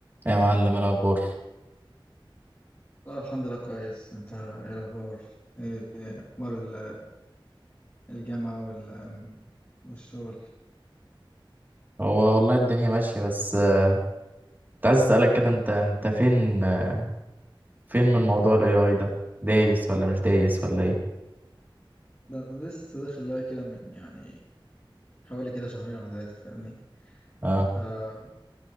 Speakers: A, on the right (about 20°); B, on the left (about 30°).
A: يا معلم إيه الاخبار
B: والله الحمد لله كويس انت ايه الاخبار ايه اخبار ال- الجامعة وال والشغل
A: هو والله الدنيا ماشيه بس آه، كنت عايز اسالك كده انت انت فين آه، فين من موضوع الاي اي ده دايس ولا مش دايس ولا ايه
B: ده أنا لسه داخل لاي كده من يعني حوالي كده شهرين ولا ثلاثة فاهمني
A: اه
B: ف-